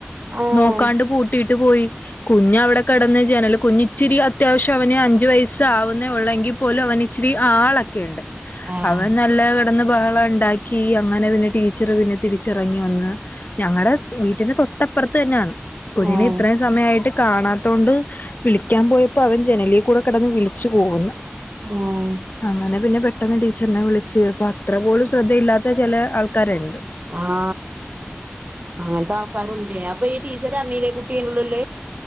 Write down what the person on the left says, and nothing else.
നോക്കാണ്ട് പൂട്ടിട്ട് ട്ട് പോയി കുഞ്ഞ അവിടെ കടന്ന് ജനൽ കുഞ്ഞിച്ചിരി അത്യാവശ്യം അവന് അഞ്ചു വയസ്സ ആവുന്ന ഉള്ളെങ്കിൽ പോലും അവന് ഇച്ചിരി ആളൊക്കെയുണ്ട്
അവനത് എല്ലാ കിടന്ന് ബഹളം ഉണ്ടാക്കി അങ്ങനെ പിന്നെ ടീച്ചർ പിന്നെ തിരിച്ചിറങ്ങി വന്ന് ഞങ്ങടെ വീട്ടിന്റെ തൊട്ടപ്പുറത്ത് തന്നെയാണ് കുഞ്ഞിനെ
ഇത്രയും സമയായിട്ട് കാണാത്തതൊണ്ട്- വിളിക്കാൻ പോയപ്പോ അവൻ ജനലിൽ കൂടെ കിടന്ന് വിളിച്ചു കൂവുന്നു
അങ്ങനെ പിന്നെ പെട്ടെന്ന് ടീച്ചറിനെ വിളിച്ചു അപ്പ അത്ര പോലും ശ്രദ്ധയില്ലാത്ത ചില ആൾക്കാരുണ്ട്